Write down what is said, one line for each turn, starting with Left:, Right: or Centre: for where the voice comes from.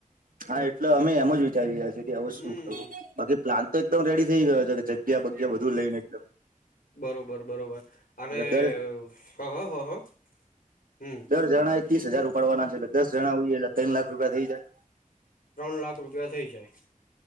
Right: હા એટલે અમે એમ જ વિચારી રહ્યાએ કે હવે
Left: હમ
Right: શું કરવું બાકી પ્લાન તો એકદમ રેડી થઈ ગયો છે કે જગ્યા બગ્યા બધું લઈને એકદમ
Left: બરોબર બરોબર અને
Right: એટલે દર
Left: હ હ હ હ હમ
Right: દર જણા એ ત્રીસ હજાર ઉપાડવાના છે એલે દસ જણા હોઈએ એટલે તણ લાખ રૂપિયા થઈ જાય
Left: ત્રણ લાખ રૂપિયા થઈ જાય